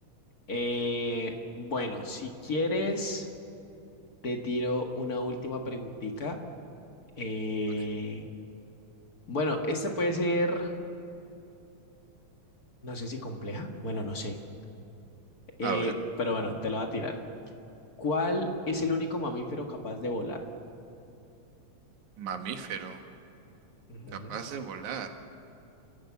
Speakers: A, on the left (about 35°); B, on the right (about 85°).
A: Eh, bueno, si quieres, te tiro una última preguntita. Eh,
B: Ok.
A: bueno, esta puede ser, no sé si compleja, bueno, no sé, Eh,
B: A ver,
A: pero bueno, te la voy a tirar. ¿Cuál es el único mamífero capaz de volar?
B: mamífero,
A: Ujú.
B: capaz de volar.